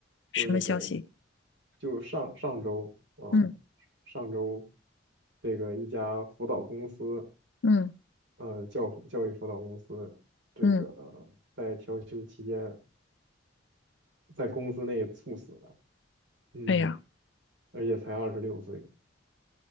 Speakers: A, on the left; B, on the right.
A: 什么消息？
B: 说这个就上上周啊，
A: 嗯
B: 上周这个一家辅导公司。
A: 嗯
B: 呃教辅教育辅导公司这个
A: 嗯，
B: 在调休期间在公司内猝死了，嗯，
A: 哎呀，
B: 而且才二十六岁，